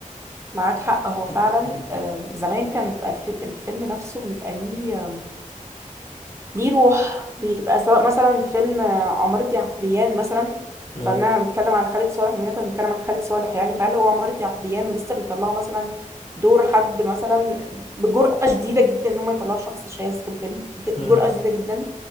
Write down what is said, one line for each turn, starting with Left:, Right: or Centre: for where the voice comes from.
Right: معاك حق هو فعلا
Left: م-
Right: آم، زمان كان بيبقى الف- الفيلم نفسه بيبقى ليه ليه روح بيبقى سواء مثلا فيلم آه، عمارة يعقوبيان مثلا
Left: م-
Right: فانا بنتكلم عن خالد صالح بما إننا كنا بنتكلم عن خالد صالح يعني فهل هو عمارة يعقوبيان ولسه بيطلعوا مثلا دور حد مثلا بجرأة شديدة جدا ان هم يطلعوا شخص شاذ في الفيلم ج-
Left: م-
Right: جرأة شديدة جدا